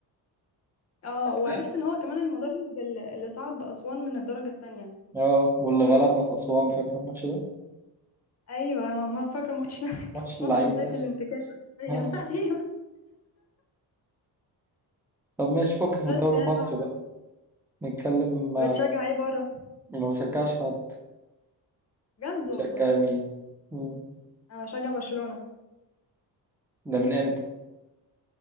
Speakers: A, on the left; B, in the centre.
A: اه
B: فاكرها
A: وعرفت ان هو كمان المدرب اللي اللي صعد بأسوان من الدرجة التانية
B: اه واللي غلبنا في اسوان فاكر الماتش ده
A: ايوه ما ما فاكرة ماتش <laughs>
B: الماتش
A: كان
B: اللعين
A: ماتش بداية
B: ده
A: الانتكاسة حرفياً.
B: اه
A: <laughs> ايوه
B: طب ماشي فكك من
A: بس
B: الدوري
A: يعني
B: المصري
A: بقى-
B: بقى نتكلم
A: بتشجع
B: آه،
A: ايه بره
B: ما بشجعش حد
A: بجد
B: بشجع
A: والله
B: مين مم.
A: انا بشجع برشلونة
B: ده من امتى